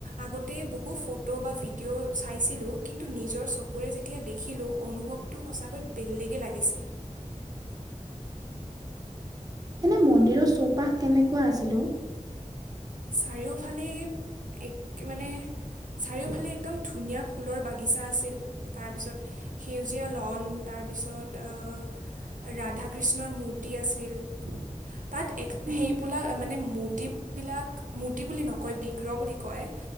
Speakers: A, on the right (about 80°); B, on the right (about 30°).
A: আগতে বহু ফটো বা ভিডিঅ' চাইছিলোঁ কিন্তু নিজৰ চকুৰে যেতিয়া দেখিলোঁ অনুভৱটো সঁচাকৈ বেলেগে লাগিছিল।
B: এনেই মন্দিৰৰ চৌপাশ কেনেকুৱা আছিল অ
A: চাৰিওফালে এক মানে চাৰিওফালে একদম ধুনীয়া ফুলৰ বাগিচা আছিল তাৰপিছত সেউজীয়া ল'ন তাৰপিছত অহ ৰাধা কৃষ্ণৰ মূৰ্তি আছিল। তাত এক,
B: উম,
A: সেইবোলা মানে মূৰ্তিবিলাক মূৰ্তি বুলি নকয় বিগ্ৰহ বুলি কয়